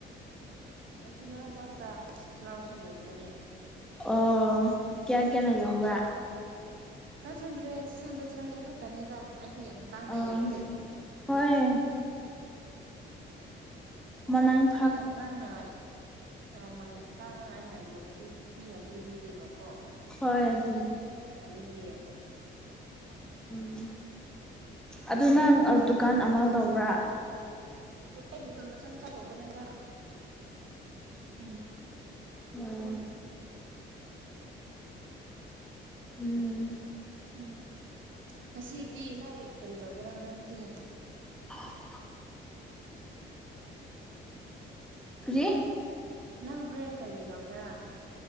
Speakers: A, on the right; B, in the centre.
A: ꯑꯩꯗꯤ ꯃꯔꯛ ꯃꯔꯛꯇ ꯁꯂꯥꯎꯁꯨ ꯌꯍꯟꯕꯅꯦ
B: ꯑꯣ ꯀꯌꯥ ꯀꯌꯥꯅ ꯌꯕ
A: five hundred six hundred seven hundred ꯈꯛꯇꯅꯤꯗ ꯑꯩꯗꯤ ꯌꯥꯝ ꯇꯥꯡꯅꯥ
B: ꯑꯣ
A: ꯌꯣꯟꯗꯦ꯫
B: ꯍꯣꯏ ꯃꯅꯥꯏ
A: ꯑꯩ ꯅꯥ ꯇꯟꯅꯥꯏ ꯌꯝꯃꯃꯦꯟ ꯇꯥꯡꯅꯉꯥꯏꯅ ꯌꯣꯜꯂꯗꯤ ꯃꯤꯅ ꯂꯩꯕꯤꯗꯦꯕꯀꯣ
B: ꯍꯣꯏ ꯑꯗꯨ ꯑꯗꯨꯗꯤ
A: ꯑꯗꯨꯒꯤ
B: ꯎꯝ ꯑꯗꯨ ꯅꯪ ꯗꯨꯀꯥꯟ ꯑꯃ ꯇꯧꯕ꯭ꯔꯥ
A: ꯑꯩ ꯗꯨꯀꯥꯟ ꯃꯆꯥ ꯃꯆꯥ ꯇꯧꯕꯅꯦꯗꯥ ꯎꯝ
B: ꯑꯝ ꯎꯝ
A: ꯎꯝ ꯉꯁꯤꯗꯤ ꯅꯪ ꯀꯔꯤ ꯇꯧꯒꯦꯔ ꯍꯣꯔꯦꯟꯗꯤ
B: ꯑꯥ ꯀꯔꯤ
A: ꯅꯪ ꯍꯣꯔꯦꯟ ꯀꯔꯤ ꯇꯧꯒꯦꯔꯥ